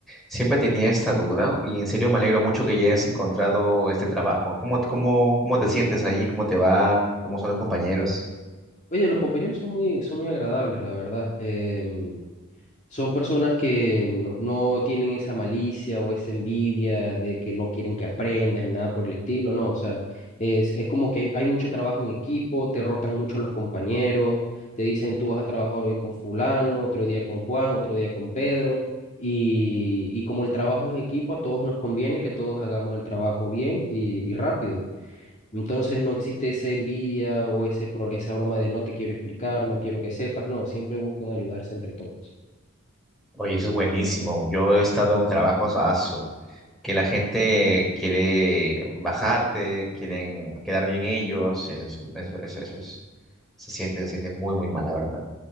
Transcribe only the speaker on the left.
Oye, los compañeros son muy, son muy agradables, la verdad. Em, Son personas que no, no tienen esa malicia o esa envidia de que no quieren que aprendas ni nada por el estilo, no, o sea, es, es como que hay, hay mucho trabajo en equipo, te rotan mucho los compañeros, te dicen tú vas a trabajar hoy con fulano, otro día con Juan, otro día con Pedro, y, y como el trabajo es en equipo, a todos nos conviene que todos hagamos el trabajo bien y, y rápido. Entonces no existe esa envidia o ese, pro- esa broma de no te quiero explicar, no quiero que sepas, no, siempre buscan ayudarse entre todos.